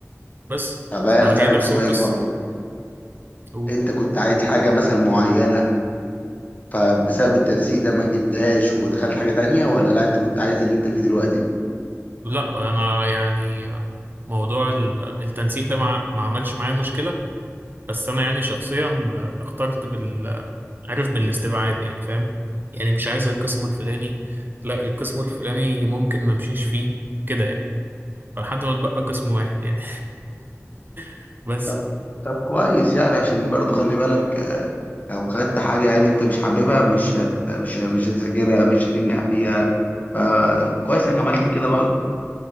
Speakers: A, on the right; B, on the left.
A: بس
B: طب انا
A: فهي
B: اسالك
A: نفس
B: سؤال
A: القصة
B: برضو
A: و-
B: انت كنت عايز حاجه مثلا معينه فبسبب التنسيق ده ما جبتهاش ودخلت حاجه تانية ولا لا انت كنت عايز اللي انت فيه دلوقتي
A: لا أنا يعني آه، موضوع ال- التنسيق ده ما ما عملش معايا مشكلة بس أنا يعني شخصيا آه، اخترت بال عارف بالاستبعاد يعني فاهم يعني مش عايز القسم الفلاني لا القسم الفلاني ممكن ما امشيش فيه كده يعني فلحد ما اتبقى قسم واحد يعني <laughs> بس
B: طب طب كويس يعني عشان برضو خلي بالك آه، لو خدت حاجة يعني انت مش حاببها مش هت مش مش هتذاكرها مش هتنجح فيها فكويس انك عملت كده برضو